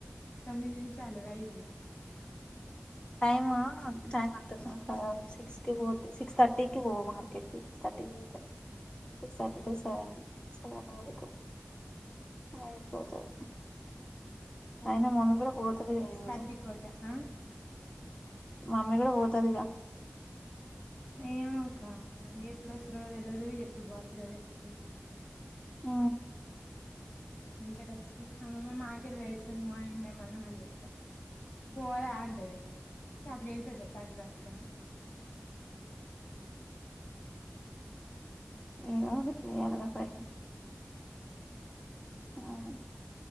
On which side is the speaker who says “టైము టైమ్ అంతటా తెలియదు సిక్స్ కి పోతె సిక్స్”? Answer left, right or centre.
Left